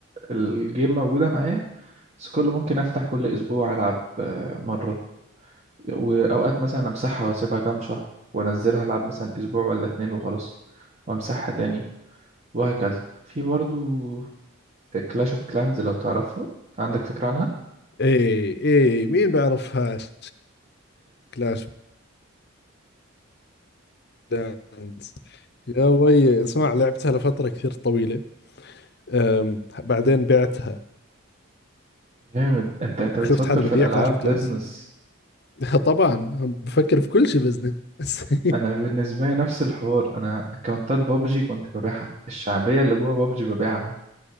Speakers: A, on the right; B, on the left.
A: الجيم موجودة معايا بس كل ممكن أفتح كل أسبوع ألعب آه، مرة وأوقات مثلا أمسحها وأسيبها كام شهر وأنزلها ألعب مثلا أسبوع ولا اتنين وخلاص وأمسحها تاني وهكذا في برضو كلاش اوف كلانز لو تعرفها عندك فكرة عنها؟
B: ايه ايه مين بعرفهاش كلاش بلاندز يا وي اسمع لعبتها لفترة كثير طويلة أم بعدين بعتها
A: جامد انت انت بتفكر
B: شفت حدا
A: في
B: ببيع
A: الألعاب
B: كلاش اوف كلانس
A: بيزنس
B: <laughs> طبعا عم بفكر في كل شيء بزنس <laughs>
A: أنا بالنسبة لي نفس الحوار أنا أكونتات بابجي كنت ببيعها الشعبية اللي جوه بابجي ببيعها